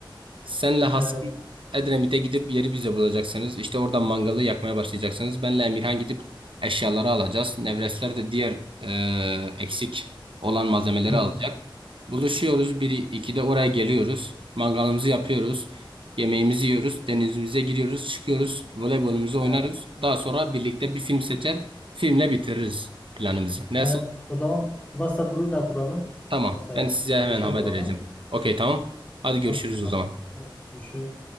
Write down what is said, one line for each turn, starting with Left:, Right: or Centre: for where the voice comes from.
Right: Senle Hasan
Left: he.
Right: Edremit'e gidip yeri bize bulacaksınız. İşte oradan mangalı yakmaya başlayacaksınız. Benle Emirhan gidip eşyaları alacağız. Nevresler de diğer e, eksik olan malzemeleri
Left: Hmm,
Right: alacak. Buluşuyoruz. Bir, ikide oraya geliyoruz. Mangalımızı yapıyoruz. Yemeğimizi yiyoruz. Denizimize giriyoruz. Çıkıyoruz. Voleybolumuzu
Left: he.
Right: oynarız. Daha sonra birlikte bir film seçer. Filmle bitiririz planımızı. Nasıl?
Left: Ee, o zaman WhatsApp grubu da kuralım.
Right: Tamam.
Left: WhatsApp
Right: Ben size
Left: haberleşelim
Right: hemen haber
Left: oradan.
Right: vereceğim. Okey tamam. Hadi
Left: Tamam.
Right: görüşürüz
Left: Tamam.
Right: o zaman.
Left: Görüşürüz.